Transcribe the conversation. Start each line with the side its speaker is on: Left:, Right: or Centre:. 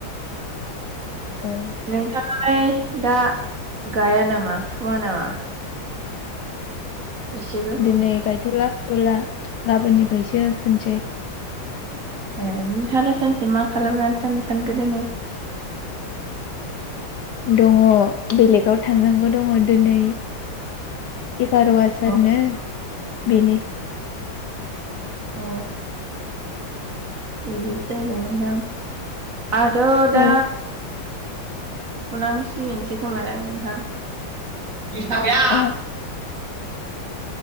Left: औ
Right: नोंथाङालाय दा गाया नामा फुवा नामा? एसेबो
Left: दिनै गायथ'ला फुथ'ला गाबोननिफ्रायसो फुनोसै।
Right: ए नोंथांआलाय सानसे मा खालामनानै थानो सानखो दिनै?
Left: दङ बेलेगाव थांनांगौ दङ दिनै। एगार' आसारनो
Right: अ
Left: बेनि
Right: अ बिदिसो जाहैबाय नोंथां आरो दा
Left: औ
Right: फुनांसिगोनसै खोमादां नोंथां। बिस थाकाया।
Left: अ